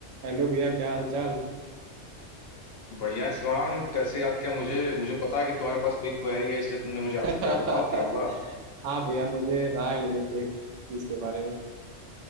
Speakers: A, on the right; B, on the left.
A: Hello भैया क्या हाल चाल
B: बढ़िया है, शिवांग कैसे याद किया मुझे मुझे पता है कि तुम्हारे पास कोई क्वेरी है इसलिए तुमने मुझे याद
A: <laughs>
B: किया बताओ क्या हुआ
A: हाँ भैया मुझे राय लेनी थी एक चीज के बारे में